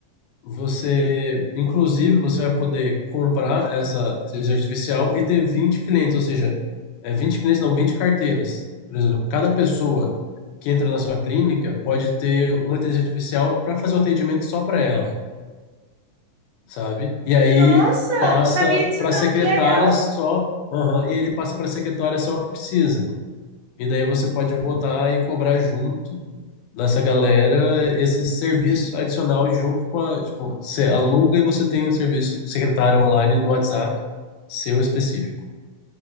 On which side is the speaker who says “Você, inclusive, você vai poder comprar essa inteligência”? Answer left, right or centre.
Left